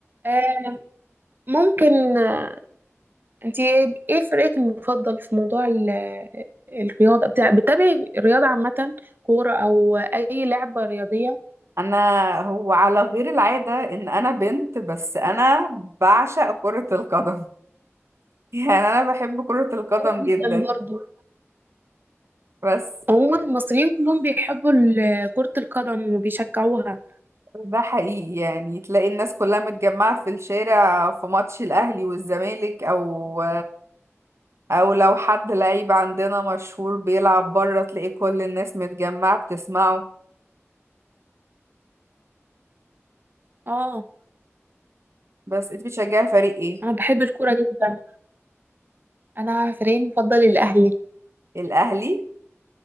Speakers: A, on the right; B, on the right.
A: آه، ممكن آه، انتي ايه إيه فريقك المفضل في موضوع ال- الرياضة بتاع بتتابعي الرياضة عامة كورة او اي لعبة رياضية
B: أنا هو على غير العادة إن أنا بنت بس أنا بعشق كرة القدم <laughs> يعني أنا بحب كرة القدم
A: وانا جدا
B: جدا
A: برضه
B: بس
A: عموما المصريين كلهم بيحبوا ال- كرة القدم وبيشجعوها
B: ده حقيقي يعني تلاقي الناس كلها متجمعة في الشارع في ماتش الأهلي والزمالك أو او لو حد لعيب عندنا مشهور بيلعب بره تلاقي كل الناس متجمعة بتسمعه
A: اه
B: بس انت بتشجعي فريق ايه
A: انا بحب الكورة جدا انا فريقي المفضل الاهلي
B: الاهلي